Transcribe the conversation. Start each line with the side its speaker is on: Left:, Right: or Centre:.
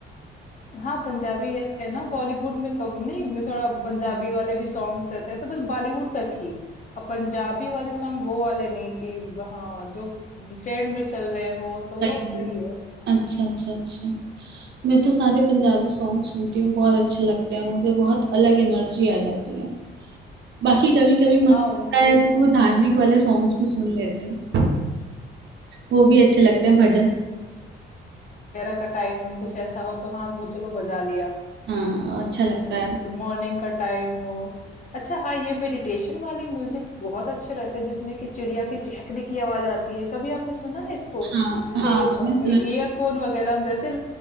Left: हाँ, पंजाबी है ना, बॉलीवुड में कब नहीं में थोड़ा पंजाबी वाले भी सॉन्ग्स रहते हैं, तो बस बॉलीवुड तक ही। अब पंजाबी वाले सॉन्ग वो वाले नहीं कि हाँ, जो ट्रेंड में चल रहे हो, तो
Right: अच्छा
Left: वो
Right: ही।
Left: सही है।
Right: अच्छा अच्छा अच्छा मैं तो सारे पंजाबी सॉन्ग सुनती हूँ बहुत अच्छे लगते हैं मुझे बहुत अलग एनर्जी आ जाती है बाकी कभी कभी मन
Left: हाँ,
Right: करता
Left: उनके
Right: है
Left: स
Right: तो वो धार्मिक वाले सॉन्ग्स भी सुन लेते हैं वो भी अच्छे लगते हैं भजन
Left: वगैरह का टाइम हो, कुछ ऐसा हो तो हाँ, वो चलो बजा लिया।
Right: हाँ अच्छा लगता है वो।
Left: मॉर्निंग का टाइम हो अच्छा हाँ ये मेडिटेशन वाले म्यूजिक बहुत अच्छे रहते हैं जिसमें कि चिड़िया की चहकने की आवाज आती है कभी आपने सुना है इसको
Right: हाँ
Left: जैसे
Right: हाँ मैंने सुना
Left: ईयरफोन वगैरह हम जैसे